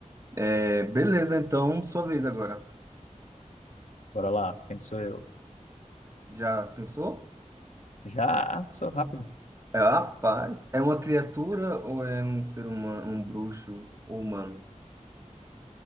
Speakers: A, on the right (about 25°); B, on the left (about 65°).
A: É, beleza, então, sua vez agora.
B: bora lá, quem sou eu?
A: Já pensou?
B: Já sou rápido.
A: É, rapaz, é uma criatura ou é um ser humano, um bruxo ou humano?